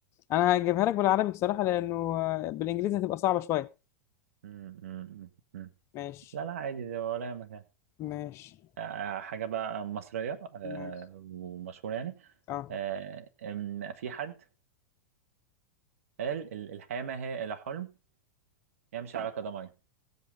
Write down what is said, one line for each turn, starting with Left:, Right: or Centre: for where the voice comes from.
Left: انا هجيبها لك بالعربي بصراحه لانه آه، بالانجليزي هتبقى صعبه شويه
Right: مم، مم، مم.
Left: ماشي
Right: لا لا عادي ده ولا يهمك يعني.
Left: ماشي
Right: آه، حاجة بقى مصرية آه،
Left: ماشي
Right: ومشهورة يعني
Left: اه
Right: آه، إن في حد قال ال- الحياة ما هي إلا حلم يمشي على قدميه